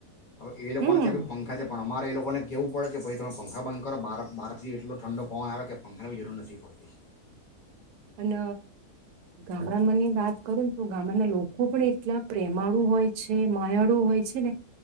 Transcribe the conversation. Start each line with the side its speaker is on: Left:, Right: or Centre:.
Left: હવે એ લોકોને
Right: હમ
Left: ત્યાં ભી પંખા છે પણ અમારે એ લોકોને કેવું પડે કે ભઈ તમે પંખા બંધ કરો બાર-બારથી એટલો ઠંડો પવન આવે કે પંખાન બી જરૂર નથી પડતી.
Right: અન, ગામડામાંની વાત કરું ન તો ગામડાના લોકો પણ એટલા પ્રેમાળુ હોય છે માયાળું હોય છે ને,